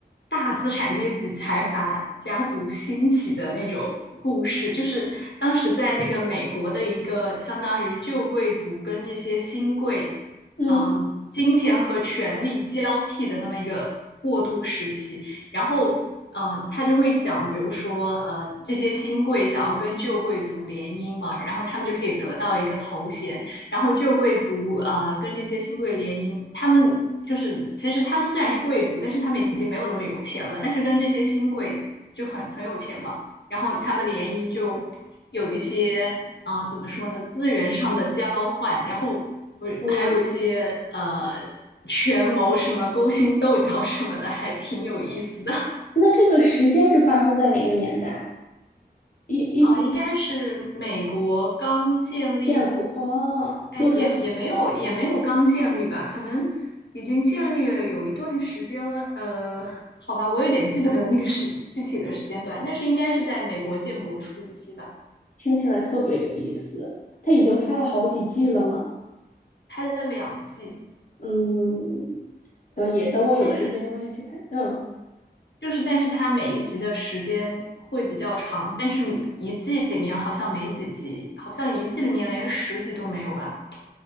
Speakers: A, on the left; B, on the left.
A: 大资产阶级财阀家族兴起的那种故事，就是当时在那个美国的一个相当于旧贵族跟这些新贵，
B: 嗯
A: 嗯、金钱和权力交替的那么一个过渡时期。然后呃，他就会讲，比如说呃，这些新贵想要跟旧贵族联姻嘛，然后他们就可以得到一个头衔，然后旧贵族呃跟这些新贵联姻，他们就是其实他们虽然是贵族，但是他们已经没有那么有钱了，但是跟这些新贵就很很有钱嘛。然后他们联姻就有一些啊、呃怎么说呢，资源上的交换，然后我还有一些呃
B: 嗯，
A: 权谋什么勾心斗角什么的，还挺有意思的。
B: 那这个时间是发生在哪个年代？一一九
A: 哦，应该是美国刚建立，
B: 建国哦，
A: 哎，
B: 就是
A: 也也没有也没有刚建立吧，可能已经建立了有一段时间了。呃，好吧，我有点记不得那个时具体的时间段，但是应该是在美国建国初期吧，
B: 听起来特别有意思。他已经拍了好几季了嘛？
A: 拍了两季。
B: 嗯，可以，等我有时间我也去看。
A: 但是。
B: 嗯
A: 就是，但是它每一集的时间会比较长，但是一季里面好像没几集，好像一季里面连十集都没有吧。呃